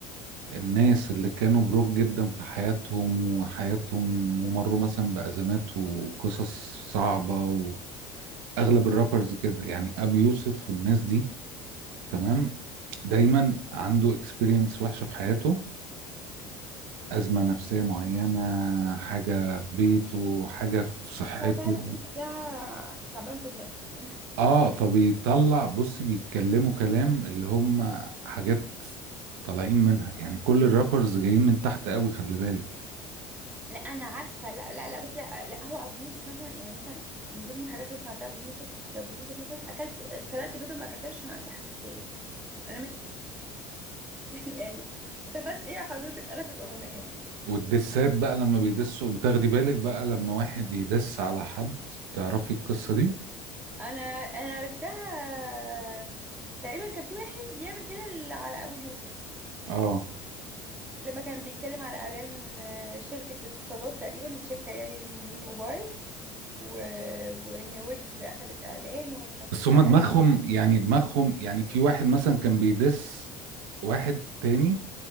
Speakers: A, on the right; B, on the right.
A: الناس اللي كانوا بروك جدا في حياتهم وحياتهم ومروا مثلا بأزمات وقصص صعبة واغلب الرابرز كده يعني ابي يوسف والناس دي تمام دايما عنده اكسبيرينس وحشة في حياته أزمة نفسية معينة حاجة في بيته حاجة في صحته
B: هو فعلا ابو يوسف ده تعبان في دماغه يعني
A: اه فبيطلع بص بيتكلموا كلام اللي هم حاجات طالعين منها يعني كل الرابرز جايين من تحت قوي خلي بالك
B: لا انا عارفه لا لا لا بس لا لا هو ابو يوسف مثلا يعني مثلا من ضمن الحاجات اللي سمعتها ابو يوسف لابو يوسف مثلا اكلت سلقت بيضه ما اكلتهاش عشان عندي حساسيه انا ما <laughs> يعني استفدت ايه يا حضرتك انا في الاغنيه يعني
A: والدسات بقى لما بيدسوا بتاخدي بالك بقى لما واحد يدس على حد تعرفي القصة دي
B: انا انا عرفتها تقريبا كان في واحد بيعمل كده على ابو يوسف
A: اه
B: لما كان بيتكلم على اعلان شركه اتصالات تقريبا الشركه يعني الموبايل و... وان ويجز اخد الاعلان ومش عارفه
A: بس
B: ايه صح
A: هما دماغهم
B: كده
A: يعني دماغهم يعني في واحد مثلا كان بيدس واحد تاني